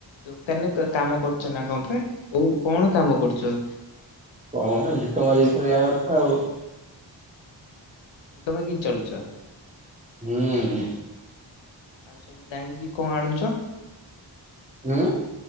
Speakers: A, on the left; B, on the right.
A: ଦୋକାନରେ କ କାମ କରୁ ଚନା କଣ ପେ କୋଉ କଣ କାମ କରୁଚ?
B: କଣ ଭିକ ମାଗିକି ଚଳିବା କଥା ଆଉ।
A: ଭିକ ମାଗିକି ଚଲୁଚ?
B: ହୁଁ ହୁଁ।
A: ଆଉ ସବୁ ଯାଇଁକି କଣ ଆଣୁଚ?
B: ହୁଁ।